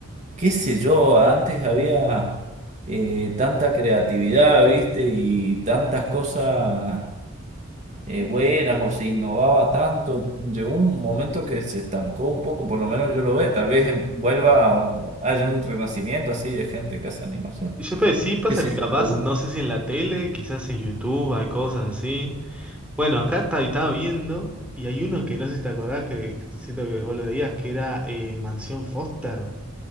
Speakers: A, on the right (about 35°); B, in the centre.
A: qué sé yo, antes había eh, tanta creatividad, ¿viste? Y tantas cosas eh, buenas o se innovaba tanto, llegó un momento que se estancó un poco, por lo menos yo lo veo, tal vez em- vuelva a un- haya un renacimiento así de gente que hace animación,
B: Y Yo pero sí pasa
A: qué sé
B: que capaz,
A: yo. lo-
B: no sé si en la tele, quizás en YouTube hay cosas así. Bueno, acá está- estaba viendo y hay uno que no sé si te acordás que siento que vos lo veías, que era eh, Mansión Foster.